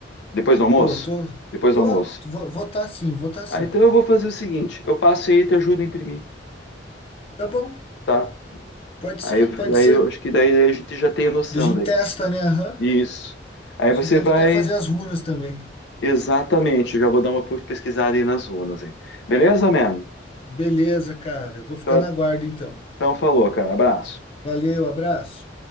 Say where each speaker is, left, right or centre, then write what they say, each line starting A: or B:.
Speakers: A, on the left; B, on the left.
A: Depois do almoço?
B: Tô, tô,
A: Depois
B: tô,
A: do almoço.
B: vou, vou tá sim, vou tá sim.
A: Ah, então eu vou fazer o seguinte, eu passo aí e te ajudo a imprimir,
B: Tá bom,
A: tá?
B: pode
A: Aí,
B: ser, pode
A: aí
B: ser.
A: eu acho que daí a gente já tem a noção
B: Daí A gente
A: daí.
B: testa, né? Aham.
A: Isso. Aí
B: A gente
A: você
B: tenta
A: vai,
B: até fazer as runas também.
A: exatamente, já vou dar uma pesquisada aí nas urnas aí. Beleza, man?
B: Beleza, cara. Eu Vou ficar
A: Então,
B: na guarda então.
A: então falou, cara. Abraço.
B: Valeu, abraço.